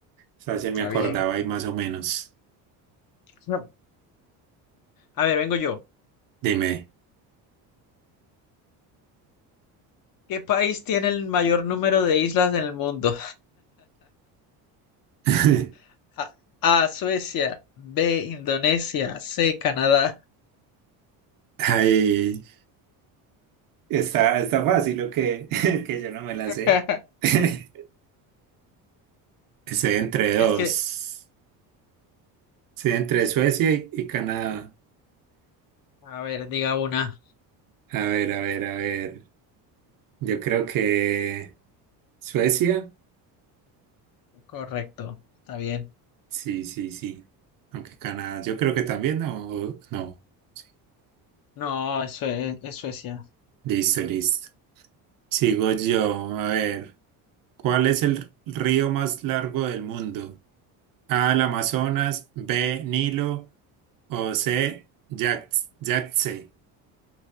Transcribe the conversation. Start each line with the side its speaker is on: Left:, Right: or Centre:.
Right: O sea, se me
Left: está
Right: acordaba
Left: bien.
Right: ahí más o menos.
Left: No. A ver, vengo yo.
Right: Dime.
Left: ¿Qué país tiene el mayor número de islas en el mundo?
Right: <laughs>
Left: <laughs> A, Suecia, B, Indonesia, C, Canadá.
Right: Ay, está, está fácil o qué? <laughs> que yo no me la
Left: <laughs>
Right: sé. <laughs> Estoy entre dos.
Left: Es que,
Right: Estoy entre Suecia y, y Canadá.
Left: a ver, diga una.
Right: A ver, a ver, a ver. Yo creo que Suecia,
Left: Correcto, está bien.
Right: sí, sí, sí. Aunque Canadá, yo creo que también, no, o- no. Sí.
Left: No, eso es, es Suecia.
Right: Listo, listo. Sigo yo. A ver, ¿cuál es el río más largo del mundo? A, el Amazonas, B, Nilo o C, Yax- Yangtze.